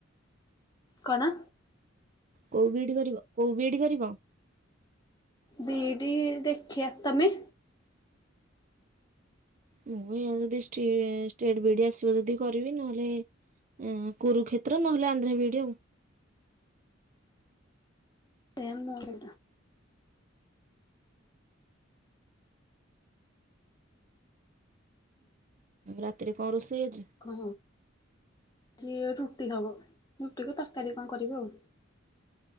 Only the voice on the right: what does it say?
କୋଉ ବି ଇ ଡି କରିବ କୋଉ ବି ଇ ଡି କରିବ?
ମୁଁ ଯଦି ଷ୍ଟି ଷ୍ଟେଟ ବି ଡି ଆସିବ ଯଦି କରିବି ନହେଲେ ଏଁ କୁରୁକ୍ଷେତ୍ର ନହେଲେ ଆନ୍ଧ୍ରା ବି ଇ ଡି ଆଉ।
ରାତିରେ କଣ ରୋଷେଇ ଆଜି?